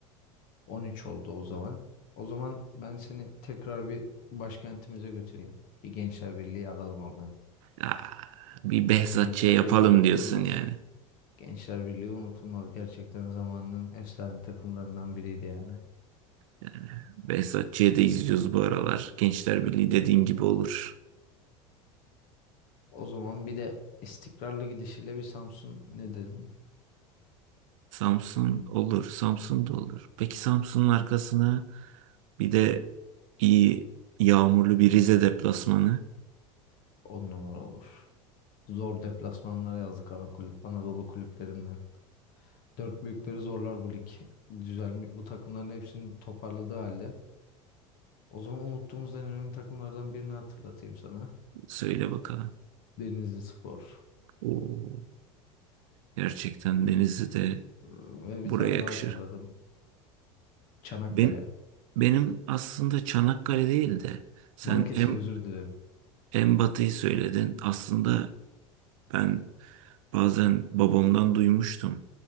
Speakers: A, on the left (about 55°); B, on the right (about 65°).
A: 13 oldu o zaman. O zaman ben seni tekrar bir başkentimize götüreyim. Bir Gençler Birliği alalım oradan.
B: Ya, bir Behzatçı'ya
A: Gençler
B: yapalım
A: Birliği unutulmaz.
B: diyorsun yani.
A: Gençler Birliği unutulmaz. Gerçekten zamanının efsane takımlarından biriydi yani.
B: Yani Behzatçı'ya da izliyoruz bu aralar. Gençler Birliği dediğin gibi olur.
A: O zaman bir de istikrarlı gidişiyle bir Samsun ne dedin?
B: Samsun olur. Samsun da olur. Peki Samsun'un arkasına bir de iyi yağmurlu bir Rize deplasmanı
A: On numara olur. Zor deplasmanlar yazdık ana kulüp, Anadolu kulüplerinden. Dört büyükleri zorlar bu lig. Düzelmiş, bu takımların hepsini toparladığı halde. O zaman unuttuğumuz en önemli takımlardan birini hatırlatayım sana.
B: söyle bakalım.
A: Denizlispor.
B: Oo. Gerçekten Denizli de
A: Ee, Ve bir
B: buraya
A: tane
B: yakışır.
A: daha hatırladım. Çanakkale.
B: Ben, benim aslında Çanakkale değil de sen
A: Balıkesir
B: en,
A: özür dilerim.
B: en batıyı söyledin. Aslında ben bazen babamdan duymuştum.